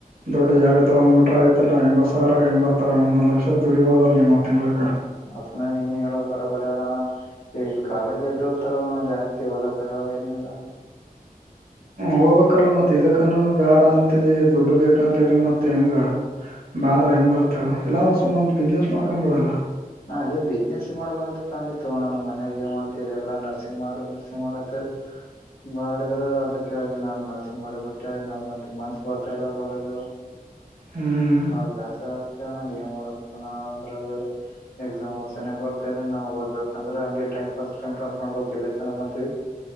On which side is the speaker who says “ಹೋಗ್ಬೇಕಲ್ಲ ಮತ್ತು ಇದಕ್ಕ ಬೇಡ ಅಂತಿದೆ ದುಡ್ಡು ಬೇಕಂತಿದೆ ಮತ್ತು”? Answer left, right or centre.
Right